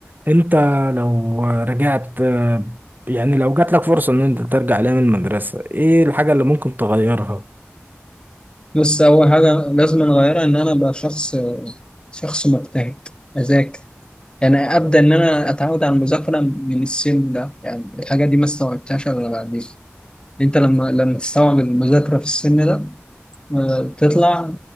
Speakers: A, on the right (about 45°); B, on the left (about 20°).
A: أنت لو رجعت آه، يعني لو جات لك فرصة إن أنت ترجع لأيام المدرسة إيه الحاجة اللي ممكن تغيرها؟
B: بس أول حاجة لازم أغيرها إن أنا أبقى شخص شخص مجتهد أذاكر يعني أبدأ إن أنا أتعود على المذاكرة من السن ده يعني الحاجة دي ما استوعبتهاش إلا بعدين أنت لما لما تستوعب المذاكرة في السن ده آه، تطلع